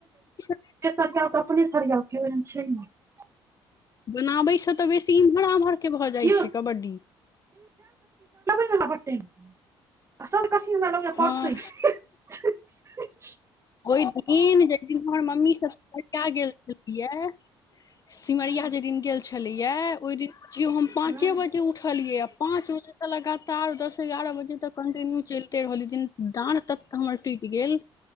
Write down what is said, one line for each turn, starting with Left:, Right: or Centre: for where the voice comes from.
Left: <unintelligible>
Right: र तऽ अपने सरिया के छै <unintelligible>
Left: बनाबै छ तऽ बेसी इम्हर आम्हरके भऽ जाइ
Right: कियो
Left: छै कबड्डी
Right: सब कठिन लगैये
Left: हँ
Right: परसै मे <unintelligible>
Left: ओहि दिन जाहि दिन हमर मम्मी सब प गेल छलैए सिमरिया
Right: हूं
Left: जे दिन गेल छलैये ओहि दिन बुझियो हम पांचे
Right: हूं
Left: बजे उठलियैआ पांच बजे सेलक लगातार दस एगारह बजे तक कन्टिन्यू चलिते रहलीयै ओई दिन डाँढ़ ततऽ हमर टूइट गेल